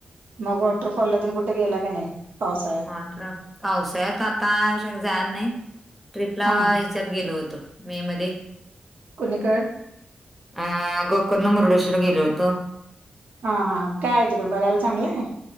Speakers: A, on the right; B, in the centre.
A: मग वॉटरफॉलला तन कुठे गेला का नाही पावसाळ्यात?
B: हा का पावसाळ्यात आता जाला नाही ट्र्रीपला
A: हा
B: त गेलो होतो मे मध्ये
A: कुणीकड
B: अ गोकर्ण मुरडेश्वर गेलो होतो
A: हा हां काय तिकडं बगायला चांगलंय